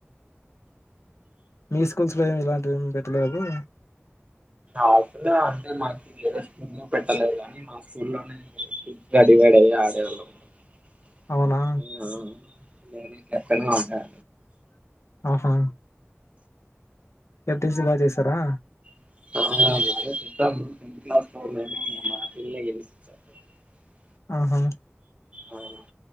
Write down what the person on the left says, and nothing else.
మీ స్కూల్స్ లో ఇలాంటి ఏమి పెట్టలేదా
అవునా
ఆహా ఎటీసి బాగ చేసారా
ఆహా